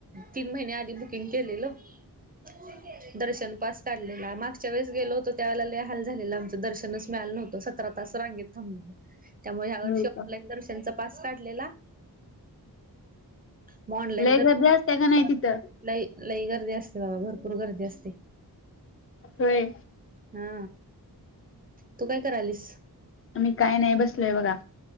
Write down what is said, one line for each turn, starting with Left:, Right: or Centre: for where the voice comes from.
Right: तीन महिने आधी बुकिंग केलेलं
Left: <unintelligible>
Right: <inaudible> दर्शन पास काढलेला, मागच्या वेळेस गेलो होतो त्यावेळेला लय हाल झालेलं आमचं, दर्शनच मिळालं नवतं स सतरा तास रांगेत थांबलो
Left: <unintelligible>
Right: त्यामुळे ह्या वर्षी
Left: होय
Right: ऑनलाईन
Left: का
Right: दर्शनचा पास काढलेला मग ऑनलाईन
Left: लई
Right: दर्शन
Left: गर्दी असते का नाई तिथं
Right: लई... लई गर्दी असते बाबा, भरपूर गर्दी असते.
Left: होय
Right: हा... तू काय करायलीस?
Left: मी काय नाही बसलोय बघा